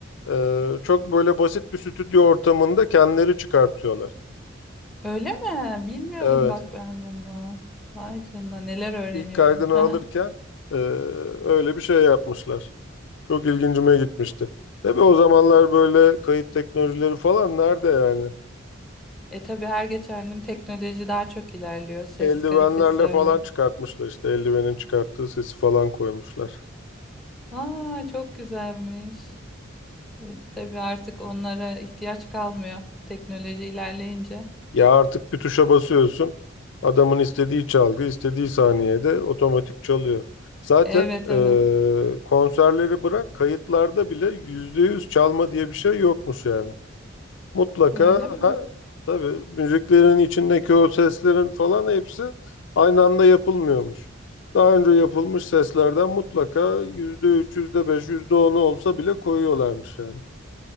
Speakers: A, on the left; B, in the centre.
A: e, çok böyle basit bir stüdyo ortamında kendileri çıkartıyorlar.
B: Öyle mi? Bilmiyordum
A: Evet.
B: bak ben bunu. Vay canına neler öğreniyorum.
A: İlk kaydını alırken
B: <laughs>
A: e, öyle bir şey yapmışlar. Çok ilgincime gitmişti. Tabii o zamanlar böyle kayıt teknolojileri falan nerede yani?
B: E tabii her geçen gün teknoloji daha çok ilerliyor. Ses
A: Eldivenlerle
B: kalitesi öyle.
A: falan çıkartmışlar işte eldivenin çıkarttığı sesi falan koymuşlar.
B: Aa çok güzelmiş. E, tabii artık onlara ihtiyaç kalmıyor teknoloji ilerleyince.
A: Ya artık bir tuşa basıyorsun. Adamın istediği çalgı istediği saniyede otomatik çalıyor. Zaten
B: Evet
A: eee,
B: evet.
A: konserleri bırak kayıtlarda bile %100 çalma diye bir şey yokmuş yani. Mutlaka
B: Öyle mi?
A: ha, tabii müziklerin içindeki o seslerin falan hepsi aynı anda yapılmıyormuş. Daha önce yapılmış seslerden mutlaka yüzde üç, yüzde beş, yüzde onu olsa bile koyuyorlarmış yani.